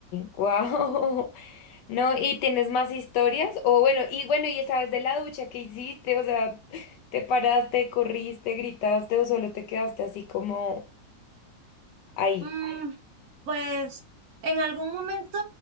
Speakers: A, on the left (about 70°); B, on the right (about 50°).
A: wow. <laughs> No, ¿y tienes más historias? O bueno, y bueno, y esa vez de la ducha que hiciste, o sea, ¿te paraste, corriste, gritaste o solo te quedaste así como ahí?
B: mm, pues en algún momento